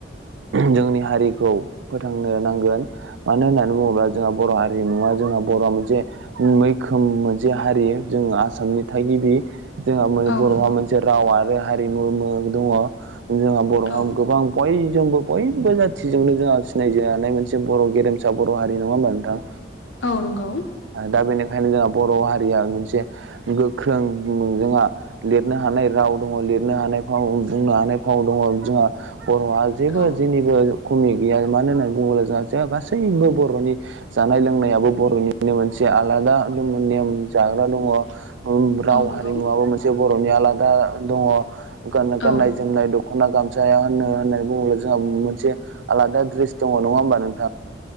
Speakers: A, on the right (about 80°); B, on the left (about 85°).
A: जोंनि हारि खौ फोथांनो नांगोन। मानो होननानै बुङोब्ला जोंहा बर' हारिमुवा जोंहा बर'आ मोनसे मैखोम मोनसे हारि जोङो आसामनि थागिबि। जोंहा माने
B: औ
A: बर'हा
B: नंगौ
A: मोनसे राव आरो हारिमु दङ' जोंहा बर'हा
B: औ
A: गोबां बयजोंबो बयबो जेन थिजोंनो जोंहा सिनायजानाय मोनसे बर' गेरेमसा बर' हारि नङा होमबा नोंथां?
B: औ नंगौ।
A: ओ दा बेनिखायनो जोंहा बर' हारिया मोनसे गोख्रों जोंहा लिरनो हानाय राव दङ' लिरनो हानाय फाव बुंनो हानाय फाव दङ' जोंहा बर'हा जेबो
B: औ
A: जेनिबो खमि गैया मानो होननानै बुङोब्ला जोंहा जेहा गासैबो बर'नि जानाय लोंनायाबो बर'नि मोनसे आलादा नेम जाग्रा दङ' ओम राव
B: औ नंगौ
A: हारिमुवाबो मोनसे बर'नि आलादा दङ' गान
B: औ
A: गाननाय जो जोमनाय दख'ना गामसाया होन होननानै बुङोब्ला जोंहा मोनसे आलादा ड्रेस दङ'। नङा होमबा नों